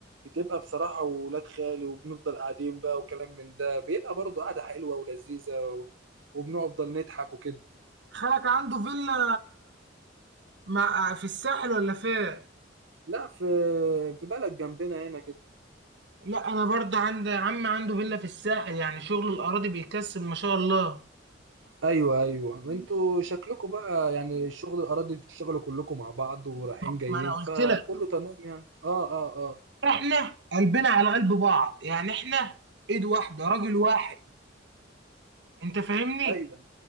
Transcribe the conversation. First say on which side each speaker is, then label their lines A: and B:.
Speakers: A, on the right; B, on the right.
A: بتبقى بصراحة وولاد خالي وبنفضل قاعدين بقى وكلام من ده بيبقى برضه قعدة حلوة ولذيذة و... وبنفضل نضحك وكده
B: خالك عنده فيلا مع في الساحل ولا فين
A: لا في في بلد جنبنا هنا كده
B: لا انا برضه عندي عم عنده فيلا في الساحل يعني شغل الاراضي بيكسب ما شاء الله
A: ايوه ايوه انتوا شكلكم بقى يعني الشغل الاراضي بتشتغلوا كلكم مع بعض ورايحين
B: ما
A: جايين
B: انا قلت
A: فكله
B: لك
A: تمام يعني اه اه اه
B: احنا قلبنا على قلب بعض يعني احنا ايد واحده راجل واحد انت فاهمني
A: ايوه